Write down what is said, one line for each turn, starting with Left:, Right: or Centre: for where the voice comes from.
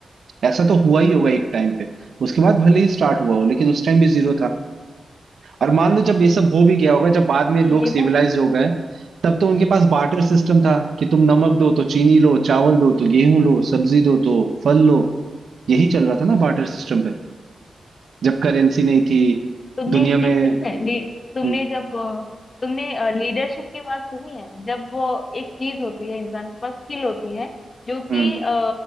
Right: ऐसा तो हुआ ही होगा एक टाइम पे उसके बाद भले ही स्टार्ट हुआ हो लेकिन उस टाइम भी जीरो था और मान लो जब ये सब हो भी गया होगा जब बाद में
Left: हाँ
Right: लोग
Left: ये
Right: सिविलाइज
Left: बात
Right: हो गए तब तो उनके पास बार्टर सिस्टम था कि तुम नमक दो तो चीनी लो चावल दो तो गेहूं लो सब्जी दो तो फल लो यही चल रहा था ना बार्टर सिस्टम पे जब करेंसी नहीं थी
Left: तुमने
Right: दुनिया
Left: एक चीज
Right: में
Left: सुनी है ली, तुमने
Right: हम्म
Left: जब अ, तुमने लीडरशिप की बात सुनी है जब वो एक चीज होती है इंसान के पास स्किल होती है जो कि
Right: हम्म
Left: अ,